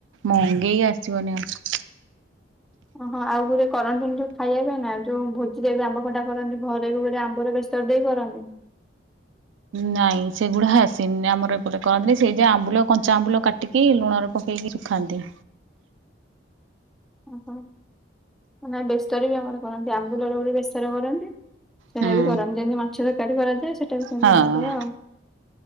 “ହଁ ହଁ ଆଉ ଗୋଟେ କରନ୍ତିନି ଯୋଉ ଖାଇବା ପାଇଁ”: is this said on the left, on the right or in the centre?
Centre